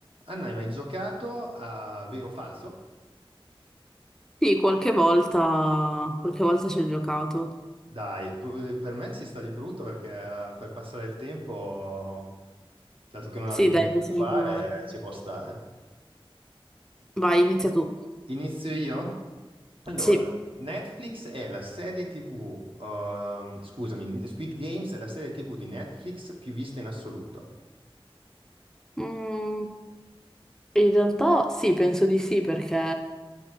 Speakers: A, on the right; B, in the centre.
A: Anna, hai mai giocato a vero o falso?
B: Sì, qualche volta, qualche volta ci ho giocato.
A: Dai, p- per me ci sta di brutto perché eh, per passare il tempo, dato che non
B: Sì,
A: avevo
B: dai,
A: niente
B: possiamo
A: da fare,
B: provare.
A: ci può stare.
B: Vai, inizia tu.
A: Inizio io? Allora,
B: Sì.
A: Netflix è la serie TV, ehm, scusami, Squid Games è la serie TV di Netflix più vista in assoluto.
B: Mm, in realtà sì, penso di sì, perché